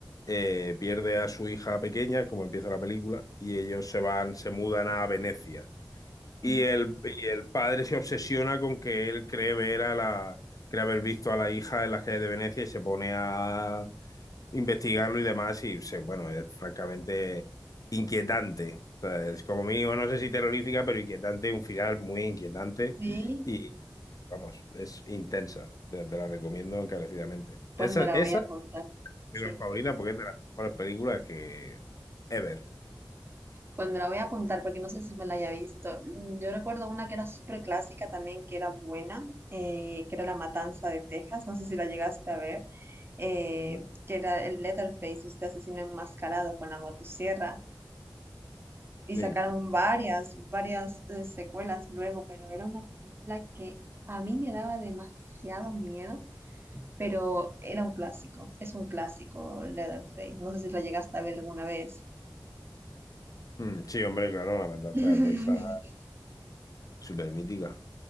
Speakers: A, on the left; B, on the right.
A: eh, pierde a su hija pequeña, como empieza la película, y ellos se van, se mudan a Venecia. Y
B: Ujú.
A: el, y el padre se obsesiona con que él cree ver a la, cree haber visto a la hija en las calles de Venecia y se pone a investigarlo y demás. Y se- bueno, es francamente inquietante. O sea, es como mínimo, no sé si terrorífica, pero inquietante, un final muy inquietante.
B: Sí,
A: Y vamos, es intensa. Te, te la recomiendo encarecidamente.
B: pues
A: Esa,
B: me la
A: esa
B: voy a
A: es
B: apuntar.
A: mi
B: Sí,
A: película favorita porque es de las mejores películas que ever.
B: pues me la voy a apuntar porque no sé si me la haya visto. Mm, Yo recuerdo una que era súper clásica también, que era buena, eh, que era La Matanza de Texas. No sé si la llegaste a ver. eh,
A: Sí, hombre.
B: que era el Leatherface, este asesino enmascarado con la motosierra. Y
A: Sí,
B: sacaron varias, varias eh, secuelas luego, pero era una película que a mí me daba demasiado miedo pero era un clásico, es un clásico Leatherface. No sé si la llegaste a ver alguna vez.
A: Mm, sí, hombre, claro, La Matanza
B: <laughs>
A: de Texas, súper mítica.